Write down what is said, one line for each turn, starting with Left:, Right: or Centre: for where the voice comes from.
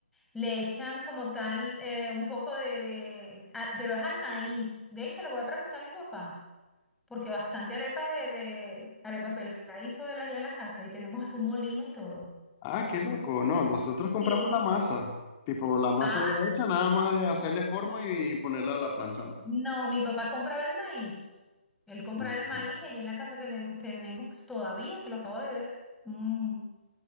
Centre: le echan como tal eh, un poco de, de- ah, pero es al maíz. De hecho, le voy a preguntar a mi papá, porque bastante arepa de, de arepas la hizo él allá en la casa y tenemos hasta un molino y todo.
Left: Ah, qué loco. No, nosotros compramos
Centre: Sí.
Left: la masa. Tipo, la masa
Centre: Ah,
Left: ya hecha, nada más de hacerle forma y ponerla a la plancha, ¿no?
Centre: no, mi papá compraba el maíz. Él compraba
Left: Ujú.
Centre: el maíz y allá en la casa tenem- tenemos todavía, que lo acabo de ver, un,